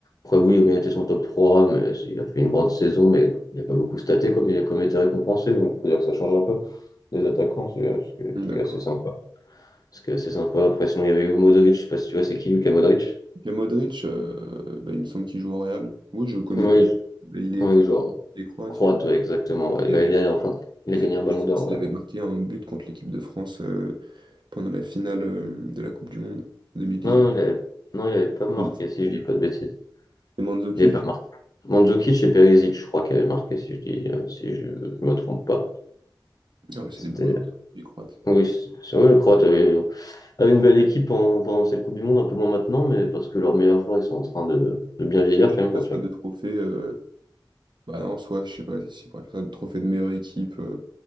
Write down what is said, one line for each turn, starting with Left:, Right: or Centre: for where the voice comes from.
Left: Après, oui, il méritait son top 3, mais il a fait une grande saison, mais il n'a pas beaucoup staté comme il, comme il était récompensé. Donc, on peut dire que ça change un peu des attaquants, c'est- euh, ce qui est
Right: Hmm,
Left: ce
Right: D'accord.
Left: qui est assez sympa. Ce qui est assez sympa. Après, sinon, il y avait eu Modric, je sais pas si tu vois, c'est qui Luka Modric?
Right: Et Modric, euh, bah, il me semble qu'il joue au Real. Oui, je connais
Left: Oui,
Right: très bien. Mais Il est
Left: oui,
Right: croate,
Left: genre,
Right: il est croate,
Left: croate,
Right: il joue.
Left: ouais, exactement. ouais.
Right: Il
Left: Bah,
Right: avait,
Left: il a, enfin, il
Right: je
Left: a
Right: sais,
Left: gagné
Right: pas-
Left: un ballon
Right: je sais
Left: d'or.
Right: pas s'il
Left: ouais.
Right: avait marqué un but contre l'équipe de France euh, pendant la finale euh, de la Coupe du Monde 2018.
Left: Non, il avait, non, il avait pas marqué,
Right: Hmm,
Left: si
Right: C'était
Left: je dis pas de bêtises.
Right: euh, Mandzukic.
Left: Il avait pas Mandzukic et Perisic, je crois, qui avaient marqué, si je dis, euh, si je ne me trompe pas.
Right: Ah ouais, c'est
Left: C'était,
Right: des bons joueurs, ça, les Croates.
Left: oui, c'est vrai, le Croate avait, avait une belle équipe en- pendant cette Coupe du Monde, un peu moins maintenant, mais parce que leurs meilleurs joueurs, ils sont en train de, de bien vieillir
Right: Moi, je
Left: quand
Right: ne
Left: même.
Right: passe
Left: Quand tu
Right: pas
Left: regardes.
Right: de trophée. euh, Bah non, soit, je sais pas, si si on pourrait faire ça, de trophée de meilleure équipe, euh,